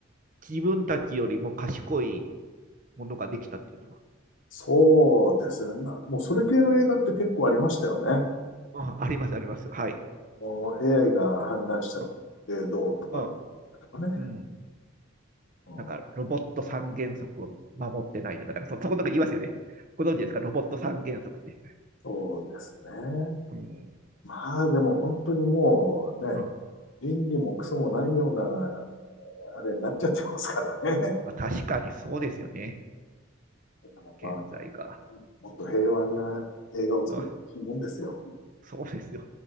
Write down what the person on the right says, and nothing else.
自分たちよりも賢いものができたっていうのは。
うんああります、あります。はい。
あ、あ、
うん。
なんか、ロボット三原則を守ってないとか、なんかそ、そこなんか言いますよね。ご存知ですかロボット三原則って。
うん
うん。
まあ、確かにそうですよね。
現在が。
うん。そうですよ。